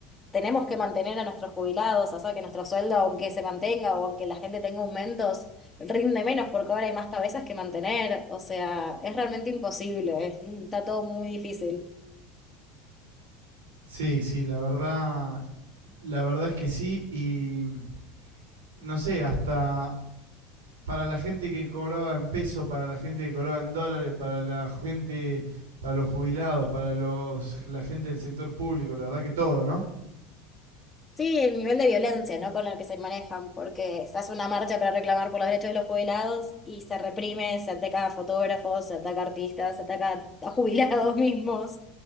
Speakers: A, on the left; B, on the right.
A: Tenemos que mantener a nuestros jubilados, o sea, que nuestro sueldo, aunque se mantenga o aunque la gente tenga aumentos, rinde menos porque ahora hay más cabezas que mantener. O sea, es realmente imposible, es- está todo muy difícil.
B: Sí, sí, la verdad La verdad es que sí, y mm, no sé, hasta para la gente que cobraba en peso, para la gente que cobraba en dólares, para la gente, para los jubilados, para los, la gente del sector público, la verdad que todo, ¿no?
A: Sí, el nivel de violencia, ¿no? Con el que se manejan, porque se hace una marcha para reclamar por los derechos de los jubilados y se reprime, se ataca a fotógrafos, se ataca a artistas, se ataca a jubilados <laughs> mismos